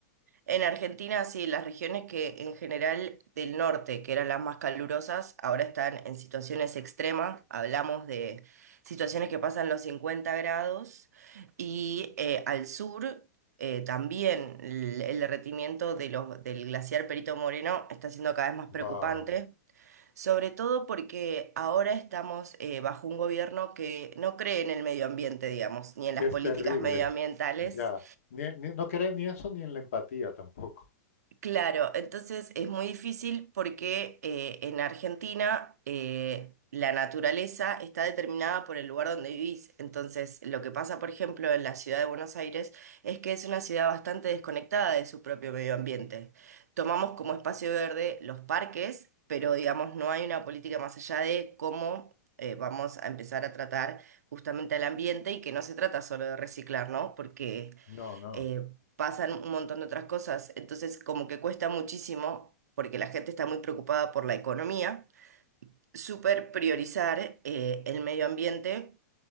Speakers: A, on the right; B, on the left.
A: En Argentina, sí, las regiones que en general del norte, que eran las más calurosas, ahora están en situaciones extremas. Hablamos de situaciones que pasan los 50 grados y eh, al sur eh, también el, el derretimiento de los, del glaciar Perito Moreno está siendo cada vez más
B: Wow,
A: preocupante, sobre todo porque ahora estamos eh, bajo un gobierno que no cree en el medio ambiente, digamos, ni en
B: que
A: las
B: es
A: políticas
B: terrible.
A: medioambientales
B: Ya, Ni- ni- no cree ni eso ni en la empatía tampoco.
A: Claro, entonces es muy difícil porque eh, en Argentina eh, la naturaleza está determinada por el lugar donde vivís. Entonces, lo que pasa, por ejemplo, en la ciudad de Buenos Aires es que es una ciudad bastante desconectada de su propio medio ambiente. Tomamos como espacio verde los parques, pero digamos no hay una política más allá de cómo eh, vamos a empezar a tratar justamente al ambiente y que no se trata solo de reciclar, ¿no? Porque
B: No, no.
A: eh, pasan un montón de otras cosas. Entonces, como que cuesta muchísimo, porque la gente está muy preocupada por la economía, súper priorizar eh, el medio ambiente